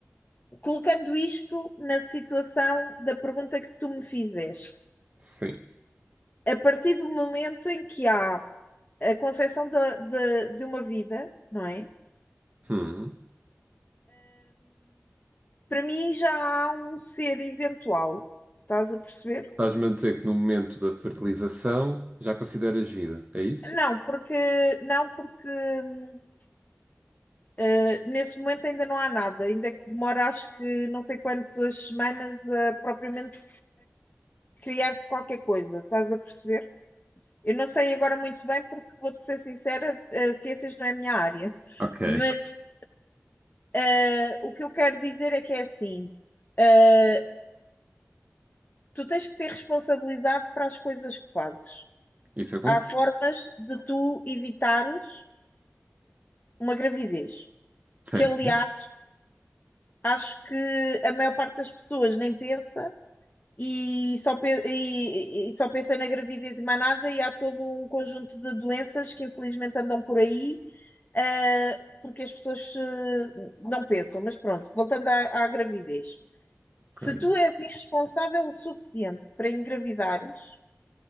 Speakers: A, on the left; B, on the right.
A: Colocando isto na situação da pergunta que tu me fizeste,
B: sim.
A: a partir do momento em que há a concepção da- da- de uma vida, não é?
B: Hum.
A: Para mim já há um ser eventual, estás a perceber?
B: Estás-me a dizer que no momento da fertilização já consideras vida, é isso?
A: Não, porque não porque hum, eh, nesse momento ainda não há nada, ainda que demora acho que não sei quantas semanas a propriamente criar-se qualquer coisa, estás a perceber? Eu não sei agora muito bem, porque vou-te ser sincera, eh, ciências não é a minha área.
B: Ok,
A: Mas eh, o que eu quero dizer é que é assim: eh, tu tens que ter responsabilidade para as coisas que fazes.
B: isso eu concordo.
A: Há formas de tu evitares uma gravidez,
B: Certo,
A: que aliás acho que a maior parte das pessoas nem pensa e só, pe- e- e- e só pensa na gravidez e mais nada, e há todo um conjunto de doenças que infelizmente andam por aí Uh, porque as pessoas uh, não pensam. Mas pronto, voltando à, à gravidez.
B: ok.
A: Se tu és irresponsável o suficiente para engravidares,